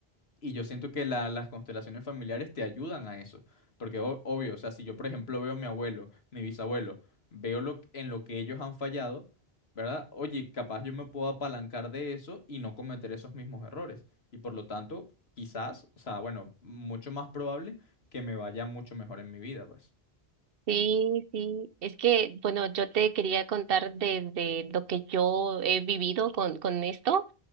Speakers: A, on the left (about 80°); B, on the right (about 65°).
A: Y yo siento que la- las constelaciones familiares te ayudan a eso. Porque o- obvio, o sea, si yo por ejemplo veo a mi abuelo, mi bisabuelo, veo lo, que- en lo que ellos han fallado, ¿verdad? Oye, capaz yo me puedo apalancar de eso y no cometer esos mismos errores. Y por lo tanto, quizás, o sea, bueno, mucho más probable que me vaya mucho mejor en mi vida, pues.
B: Sí, sí. Es que, bueno, yo te quería contar desde lo que yo he vivido con, con esto,